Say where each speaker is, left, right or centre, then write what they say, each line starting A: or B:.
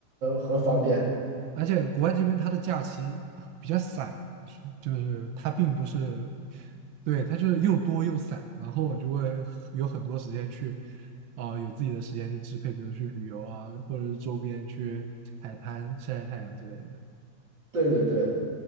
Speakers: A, on the right; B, on the right.
A: 方便。
B: 而且国外这边它的假期比较散，就是它并不是，对，它就是又多又散，然后我就会有很多时间去，啊、有自己的时间去支配，比如去旅游啊，或者是周边去海滩晒晒太阳之类的，
A: 对对对。